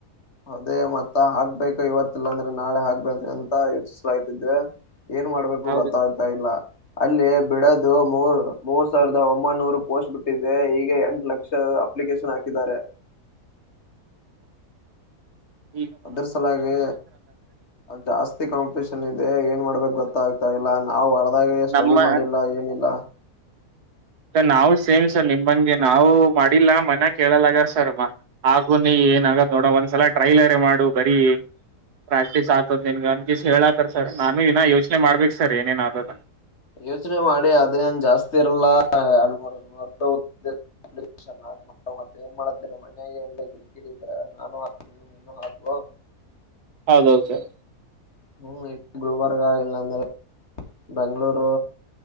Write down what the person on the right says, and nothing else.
ಹೌದು
ಹ
ನಮ್ಮ
ಸ ನಾವು ಸೇಮ್ ಸರ್ ನಿಮ್ಮಂಗೆ ನಾವು ಮಾಡಿಲ್ಲಾ ಮನೆ ಕೇಳಲಗಾರ ಸರ್ ಮ ಹಾಗು ನೀ ಏನ್ ಆಗಾದ್ ನೋಡ ಒಂದ್ಸಲ ಟ್ರೈಲರ ಮಾಡು ಬರೀ. ಪ್ರಾಕ್ಟೀಸ್ ಆತದ ನಿನ್ಗ ಅನ್ಕಿಸ ಹೇಳಾತಿರ್ತಾರ್ ನಾನು ಇನ ಯೋಚನೆ ಮಾಡ್ಬೇಕ ಸರ್ ಏನೇನ್ ಆತದ
ಹೌದೌದು ಸರ್